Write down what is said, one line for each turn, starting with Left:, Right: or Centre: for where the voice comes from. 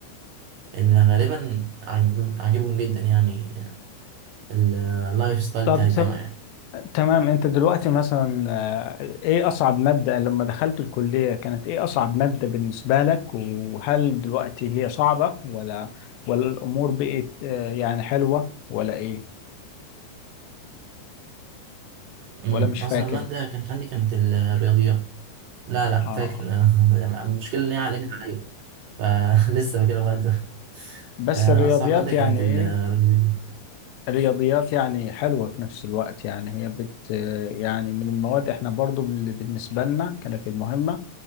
Right: إن غالبا عاجب- عاجبهم جدا يعني اللايف ستايل
Left: طب
Right: بتاع
Left: تم-
Right: الجامعة يعني
Left: تمام انت دلوقتي مثلا آه، ايه اصعب مادة لما دخلت الكلية كانت ايه اصعب مادة بالنسبة لك وهل دلوقتي هي صعبة ولا ولا الامور بقت آه، يعني حلوة ولا ايه
Right: أمم،
Left: ولا مش
Right: أصعب
Left: فاكر
Right: مادة كانت عندي كانت الرياضيات لا لا
Left: اه
Right: فاكر <laughs> المشكلة إن هي علمت عليا فلسه <laughs> فاكرها لغاية دلوقتي
Left: بس
Right: <laughs> آه،
Left: الرياضيات
Right: أصعب مادة كانت
Left: يعني
Right: الرياضيات
Left: ايه الرياضيات يعني حلوة في نفس الوقت يعني هي بت آه، يعني من المواد احنا برضو بال- بالنسبة لنا كانت المهمة